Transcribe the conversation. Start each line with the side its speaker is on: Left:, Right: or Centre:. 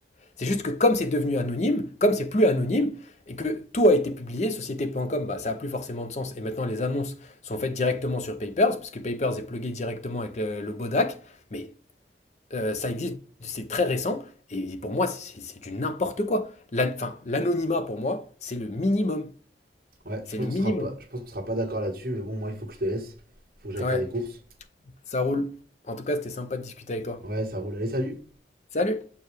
Left: C'est juste que comme c'est devenu anonyme, comme c'est plus anonyme, et que tout a été publié, société.com, bah, ça a plus forcément de sens. Et maintenant, les annonces sont faites directement sur Papers, parce que Papers est plugué directement avec le, le Bodac. Mais euh, ça existe, c'est très récent, et pour moi, c'est c'est du n'importe quoi. La- Enfin, l'anonymat, pour moi, c'est le minimum.
Right: ouais,
Left: C'est
Right: je pense
Left: le
Right: qu'on
Left: minimum.
Right: sera pas, je pense qu'on sera pas d'accord là-dessus, mais bon, moi il faut que je te laisse, faut que j'aille
Left: Ouais,
Right: faire des courses.
Left: ça roule. En tout cas, c'était sympa de discuter avec toi.
Right: Ouais, ça roule. Allez, salut.
Left: Salut!